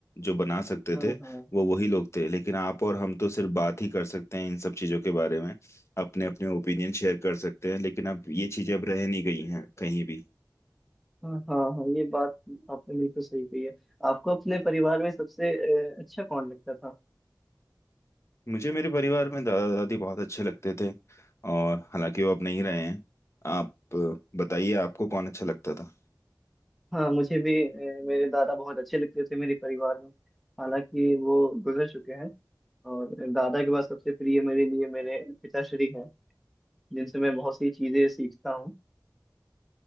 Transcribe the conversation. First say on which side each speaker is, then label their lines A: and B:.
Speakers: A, on the left; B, in the centre.
A: जो बना सकते
B: हाँ
A: थे
B: हाँ
A: वो वही लोग थे लेकिन आप और हम तो सिर्फ बात ही कर सकते हैं इन सब चीज़ों के बारे में अपने अपने ओपिनियन शेयर कर सकते हैं लेकिन अब ये चीज़ें अब रह नहीं गई हैं कहीं भी
B: हाँ हाँ हाँ, ये बात आपने बिल्कुल सही कही है आपको अपने परिवार में सबसे अ, अच्छा कौन लगता था
A: मुझे मेरे परिवार में दादा दादी बहुत अच्छे लगते थे और हालांकि वो अब नहीं रहे हैं आप अ, बताइए आपको कौन अच्छा लगता था
B: हाँ मुझे भी अ, मेरे दादा बहुत अच्छे लगते थे मेरे परिवार में हालांकि वो गुजर चुके हैं और दादा के बाद सबसे प्रिय मेरे लिए मेरे पिताश्री हैं जिनसे मैं बहुत सी चीजें सीखता हूँ